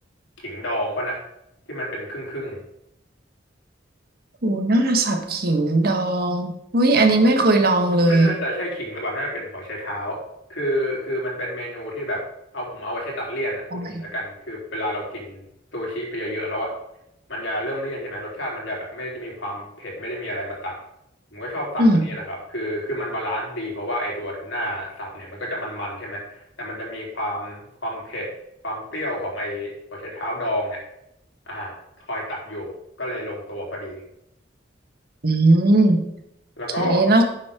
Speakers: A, on the left; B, on the right.
A: ขิงดองป่ะนะที่มันเป็นครึ่งครึ่ง
B: ทูน่าสับขิงดองอุ้ยอันนี้ไม่เคยลองเลย
A: ไม่น่าจะใช่ขิงหรือเปล่าน่าจะเป็นหัวไชเท้าคือคือมันเป็นเมนูที่แบบเอาผมเอาไว้ใช้ตัดเลี่ยนอ่ะพูดงี้แล้วกันคือเวลาเรากินซูชิไปเยอะๆแล้วอ่ะ
B: ทำไม
A: มันจะเริ่มเลี่ยนใช่ไหม รสชาติมันจะแบบไม่ได้มีความเผ็ดไม่ได้มีอะไรมาตัดผมก็ชอบสั่งอันนี้แหละครับคือคือมันบาลานซ์ดีเพราะว่าไอตัวทูน่าสับเนี่ยมันก็จะมันๆใช่ไหมแต่มันจะมีความความเผ็ดความเปรี้ยวของไอหัวไชเท้าดองเนี่ย
B: อืม
A: อ่าคอยตัดอยู่ก็เลยลงตัวพอดี
B: อืมโอเคนะ
A: แล้วก็